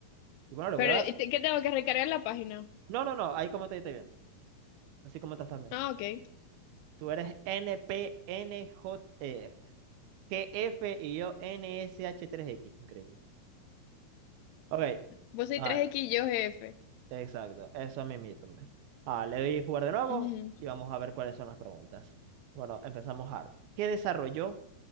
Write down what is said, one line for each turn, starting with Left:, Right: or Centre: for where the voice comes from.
Right: y bueno, le
Left: Pero,
Right: voy a dar...
Left: ¿y te- ¿qué tengo que recargar la página?
Right: No, no, no, ahí como te esté bien, así como estás también.
Left: Ah, ok.
Right: Tú eres N N P N J. E. GF y yo N S H tres x Increíble. Ok.
Left: Vos sois
Right: Ah,
Left: tres x y yo jefe.
Right: exacto. Eso mismito. man. Ah, le doy jugar de nuevo
Left: Ujú.
Right: y vamos a ver cuáles son las preguntas. Bueno, empezamos hard. ¿Qué desarrolló